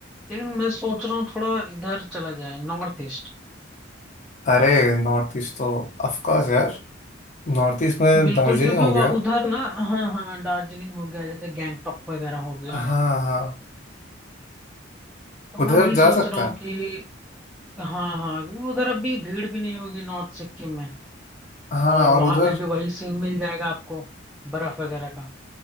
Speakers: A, in the centre; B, on the left (about 40°).
A: लेकिन मैं सोच रहा हूँ थोड़ा इधर चला जाए नॉर्थ ईस्ट
B: अरे नॉर्थ ईस्ट तो ऑफ कोर्स यार नॉर्थ ईस्ट में
A: बिल्कुल
B: दार्जिलिंग
A: क्योंकि
B: हो गया
A: वो उधर ना हाँ हाँ दार्जिलिंग हो गया जैसे गैंगटॉक वगैरह हो गया
B: हाँ हाँ
A: तो मैं
B: उधर
A: वही
B: जा
A: सोच
B: सकता
A: रहा हूँ
B: है
A: कि हाँ हाँ क्योंकि उधर अभी भीड़ भी नहीं होगी नॉर्थ सिक्किम में
B: हाँ
A: और
B: और
A: वहां
B: उधर
A: पे भी वही सीन मिल जाएगा आपको बर्फ वगैरह का